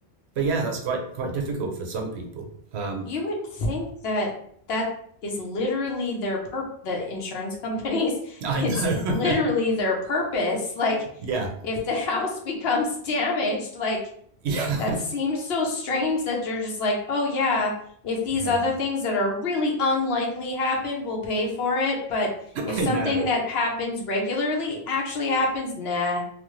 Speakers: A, on the right; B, on the left.
A: but yeah, that's quite quite difficult for some people. Um,
B: You would think that that is literally their purp the insurance companies,
A: I
B: <laughs> it's
A: know.
B: literally
A: <laughs>
B: their purpose. Like
A: Yeah,
B: if the <laughs> house becomes damaged, like
A: yeah,
B: that seems so strange that they're just like, "Oh yeah, if these
A: yeah.
B: other things that are really unlikely happen, we'll pay for it, but if
A: I
B: something
A: know.
B: that happens regularly actually happens, nah,